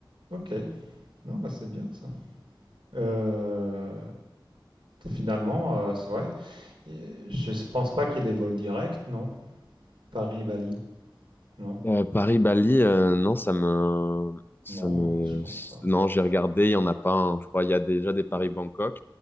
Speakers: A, on the right; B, on the left.
A: Ok. Non, bah c'est bien ça. Euh, finalement, euh, c'est- ouais, Et Je ne pense pas qu'il y ait des vols directs, non? Paris-Bali, non?
B: Euh, Paris-Bali, euh, non, ça me, ça
A: Non,
B: me,
A: hein, je pense pas.
B: non, j'ai regardé, il y en a pas un. Je crois, il y a déjà des Paris-Bangkok.